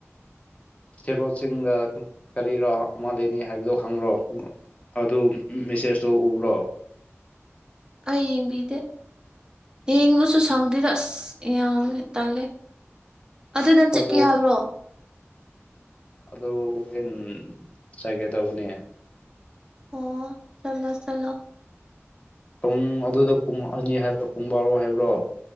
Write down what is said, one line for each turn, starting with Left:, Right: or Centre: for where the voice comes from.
Left: ꯁꯦꯔꯣꯠꯁꯤꯡꯗ ꯀꯔꯤꯔꯣ ꯑꯃ ꯂꯩꯅꯤ ꯍꯥꯏꯕꯗꯣ ꯈꯪꯕ꯭ꯔꯣ ꯑꯗꯨ ꯃꯦꯁꯦꯖꯇꯣ ꯎ꯭ꯔꯣ
Right: ꯑꯩ ꯌꯦꯡꯕꯤꯗꯦ ꯌꯦꯡꯕꯁꯨ ꯁꯪ ꯑꯗꯨꯗꯣ ꯑꯁ ꯌꯥꯝ ꯇꯥꯜꯂꯦ ꯑꯗꯨ ꯅꯪ
Left: ꯐꯣꯇꯣ
Right: ꯆꯠꯀꯦ ꯍꯥꯏꯕ꯭ꯔꯣ
Left: ꯑꯗꯨ ꯍꯣꯔꯦꯟ ꯆꯒꯦ ꯇꯧꯕꯅꯦ
Right: ꯑꯣ ꯆꯠꯂꯣ ꯆꯂꯣ
Left: ꯄꯨꯡ ꯑꯗꯨꯗ ꯄꯨꯡ ꯑꯅꯤ ꯍꯥꯏꯕ꯭ꯔꯣ ꯄꯨꯡ ꯕꯥꯔꯣ ꯍꯥꯏꯕ꯭ꯔꯣ